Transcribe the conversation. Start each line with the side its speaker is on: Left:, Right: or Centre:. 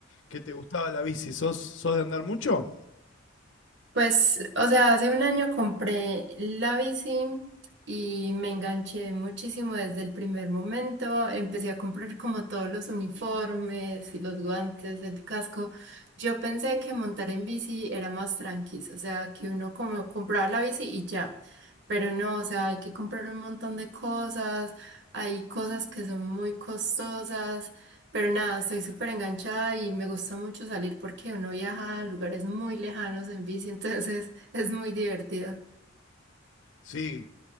Left: que te gustaba la bici. ¿Sos, sos de andar mucho?
Right: Pues, o sea, hace un año compré la bici y me enganché muchísimo desde el primer momento. Empecé a comprar como todos los uniformes y los guantes, el casco. Yo pensé que montar en bici era más tranquilo, o sea, que uno como compraba la bici y ya. Pero no, o sea, hay que comprar un montón de cosas. Hay cosas que son muy costosas. Pero nada, soy súper enganchada y me gusta mucho salir porque uno viaja a lugares muy lejanos en bici, <laughs> entonces es muy divertido.
Left: Sí,